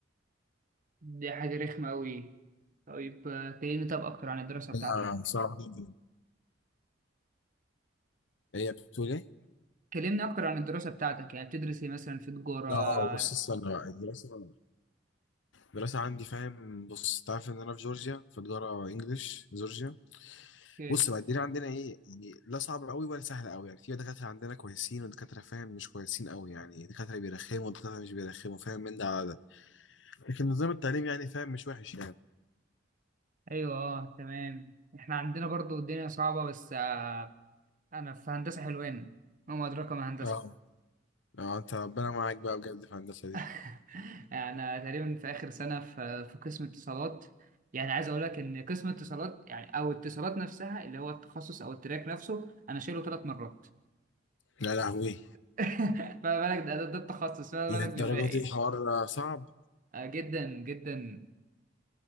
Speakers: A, on the right; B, on the left.
A: دي حاجة رخمة أوي طيب آه، كلمني طب أكتر عن الدراسة بتاعتك
B: آه، صعب جدا هي بتقول ايه؟
A: كلمني أكتر عن الدراسة بتاعتك يعني بتدرس إيه مثلا في تجارة؟
B: لا اه بص استنى بقى الدراسة الدراسة عندي فاهم بص انت عارف ان انا في جورجيا في تجارة انجلش جورجيا
A: أوكي
B: بص بقى الدنيا عندنا ايه يعني لا صعبة قوي ولا سهلة قوي يعني في دكاترة عندنا كويسين ودكاترة فاهم مش كويسين قوي يعني دكاترة بيرخموا ودكاترة مش بيرخموا فاهم من ده على ده لكن نظام التعليم يعني فاهم مش وحش يعني
A: أيوه أه تمام إحنا عندنا برضو الدنيا صعبة بس آه، أنا في هندسة حلوان وما أدراك ما هندسة
B: اه اه انت ربنا معاك بقى بجد في الهندسة دي
A: <laughs> يعني تقريبا في اخر سنه في في قسم اتصالات يعني عايز اقول لك ان قسم اتصالات يعني او اتصالات نفسها اللي هو التخصص او التراك نفسه انا شايله ثلاث مرات
B: لا لهوي
A: <laughs> فما بالك ده, ده, ده التخصص فما بالك
B: للدرجة
A: بالباقي
B: دي
A: يعني
B: الحوار صعب
A: آه جدا جدا